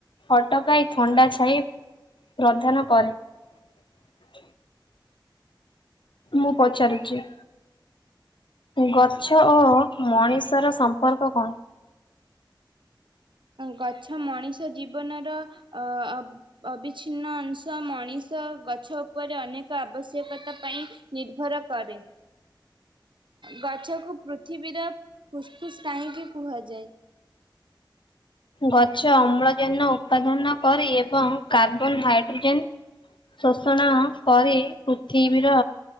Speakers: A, on the left; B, on the right.
A: ଅଟକାଇ ଥଣ୍ଡା ଛାଇ ପ୍ରଧାନ କରେ। ମୁଁ ପଚାରୁଚି। ଗଛ ଓ ମଣିଷର ସମ୍ପର୍କ କଣ?
B: ଗଛ ମଣିଷ ଜୀବନର ଅ ଅବିଚ୍ଛିନ୍ନ ଅଂଶ, ମଣିଷ ଗଛ ଉପରେ ଅନେକ ଆବଶ୍ୟକତା ପାଇଁ ନିର୍ଭର କରେ। ଗଛକୁ ପୃଥିବୀର ଫୁସଫୁସ କାହିଁକି କୁହାଯାଏ?
A: ଗଛ ଅମ୍ଳଜାନ ଉତ୍ପାଦାନ କରି ଏବଂ କାର୍ବନ ହାଇଡ୍ରୋଜେନ ଶୋଷଣ କରି ପୃଥିବୀର